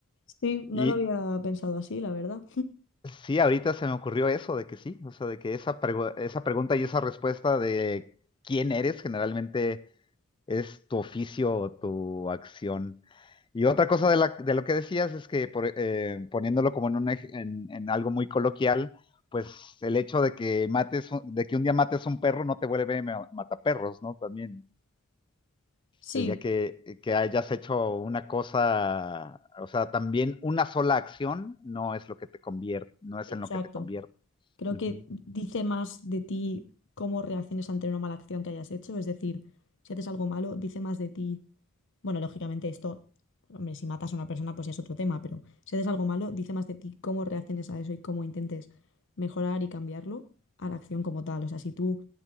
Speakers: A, on the left; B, on the left.
A: Sí, no
B: Y
A: lo había pensado así, la verdad.
B: sí, ahorita se me ocurrió eso, de que sí, o sea, de que esa, pregu- esa pregunta y esa respuesta de quién eres generalmente es tu oficio o tu acción. Y otra cosa de, la- de lo que decías es que por- eh, poniéndolo como en, un ej- en- en algo muy coloquial, pues el hecho de que mates, un- de que un día mates un perro no te vuelve ma- mataperros, ¿no? También
A: Sí,
B: el día que, que hayas hecho una cosa, o sea, también una sola acción no es lo que te convierte, no es
A: exacto.
B: en lo que te convierte.
A: Creo
B: Ujú.
A: que dice más de ti cómo reacciones ante una mala acción que hayas hecho. Es decir, si haces algo malo, dice más de ti. Bueno, lógicamente esto, hombre, si matas a una persona, pues ya es otro tema, pero si haces algo malo, dice más de ti cómo reacciones a eso y cómo intentes mejorar y cambiarlo a la acción como tal. O sea, si tú,